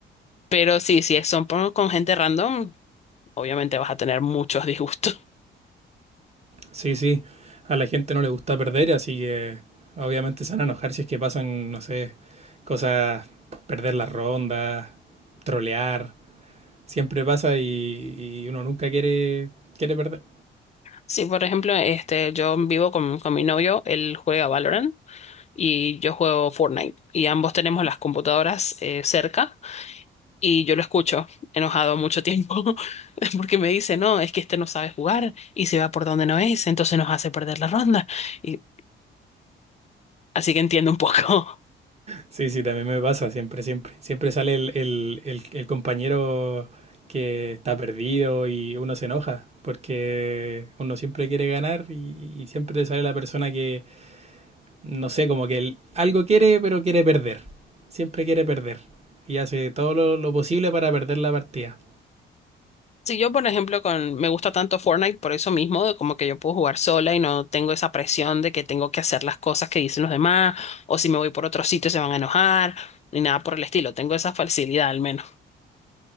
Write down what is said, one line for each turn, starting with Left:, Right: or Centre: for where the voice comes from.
Left: Pero sí, si son por- con gente random, obviamente vas a tener muchos disgustos.
Right: Sí, sí, a la gente no le gusta perder, así que obviamente se van a enojar si es que pasan, no sé, cosas, perder las rondas, trolear, siempre pasa y, y uno nunca quiere, quiere perder.
Left: Sí, por ejemplo, este, yo vivo con, con mi novio, él juega Valorant y yo juego Fortnite y ambos tenemos las computadoras eh, cerca y yo lo escucho enojado mucho tiempo <laughs> porque me dice, no, es que este no sabe jugar y se va por donde no es, entonces nos hace perder la ronda y así que entiendo un poco.
Right: Sí, sí, también me pasa, siempre, siempre. Siempre sale el, el- el- el compañero que está perdido y uno se enoja, porque uno siempre quiere ganar y, y siempre te sale la persona que, no sé, como que el- algo quiere, pero quiere perder. Siempre quiere perder y hace todo lo, lo posible para perder la partida.
Left: Si yo, por ejemplo, con me gusta tanto Fortnite por eso mismo, de como que yo puedo jugar sola y no tengo esa presión de que tengo que hacer las cosas que dicen los demás, o si me voy por otro sitio se van a enojar, ni nada por el estilo. Tengo esa facilidad al menos.